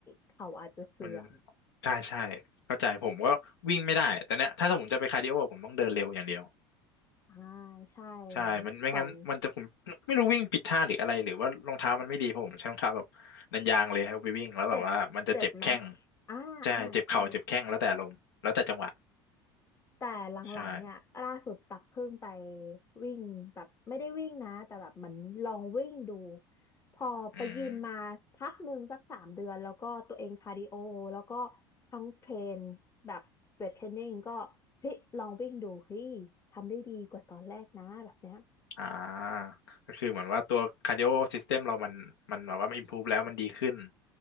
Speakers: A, on the left; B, on the left.
A: เข่าอาจจะเสื่อม
B: มันใช่ใช่เข้าใจผมก็วิ่งไม่ได้แต่เนี้ยถ้าสมมติจะไปคาร์ดิโอผมต้องเดินเร็วอย่างเดียว
A: อ่าใช่มันก่อน
B: ใช่มันไม่งั้นมันจะผมไม่รู้วิ่งผิดท่าหรืออะไรหรือว่ารองเท้ามันไม่ดีผมใช้รองเท้าแบบนันยางเลยครับไปวิ่งแล้วแบบว่ามันจะเจ็บแข้ง
A: เจ็บเจ็บไหมอ่าอ่าใช่
B: ใช่เจ็บเข่าเจ็บแข้งแล้วแต่ลมณ์แล้วแต่จังหวะ
A: แต่หลังๆเนี่ยล่าสุดตักเพิ่งไป
B: ใช่
A: วิ่งแบบไม่ได้วิ่งนะแต่แบบเหมือนลองวิ่งดูพอไปยิมมาพักหนึ่งสักสามเดือนแล้วก็ตัวเองคาร์ดิโอแล้วก็
B: อืม
A: ทั้งเทรนแบบเวทเทรนนิ่งก็เฮ้ยลองวิ่งดูเฮ้ยทำได้ดีกว่าตอนแรกนะแบบเนี้ย
B: อ่าก็คือเหมือนว่าตัวคาร์ดิโอซิสเต็มเรามันมันแบบว่ามันอิมพูฟแล้วมันดีขึ้น